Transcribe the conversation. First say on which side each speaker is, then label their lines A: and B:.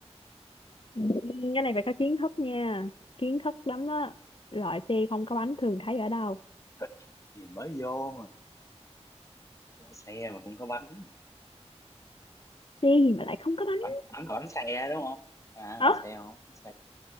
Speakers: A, on the left; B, on the left.
A: Ừ, cái này phải có kiến thức nha kiến thức lắm á loại xe không có bánh thường thấy ở đâu
B: <laughs> gì mới vô mà lại xe mà không có bánh bánh
A: xe gì mà lại không có bánh
B: bánh còn bánh xe đúng không à
A: hả
B: lại xe không bánh xe